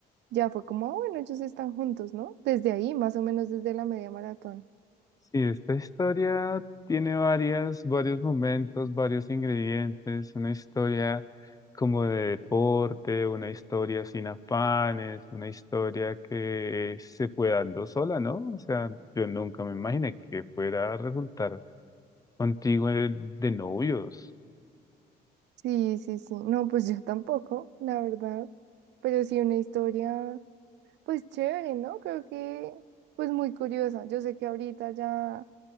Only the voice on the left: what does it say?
Sí, esta historia tiene varias, varios momentos, varios ingredientes, una historia como de deporte, una historia sin afanes, una historia que se fue dando sola, ¿no? O sea, yo nunca me imaginé que fuera a resultar contigo de, de novios.